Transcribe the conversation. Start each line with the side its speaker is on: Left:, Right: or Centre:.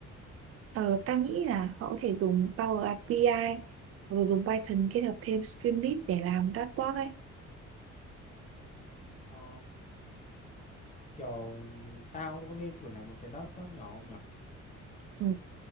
Right: Ờ, ta nghĩ là họ có thể dùng Power API hoặc là dùng Python kết hợp thêm Streamlit để làm dashboard ấy.
Left: Ồ, kiểu tao có nên thử làm một cái dashboard nhỏ không nhở
Right: Ừ.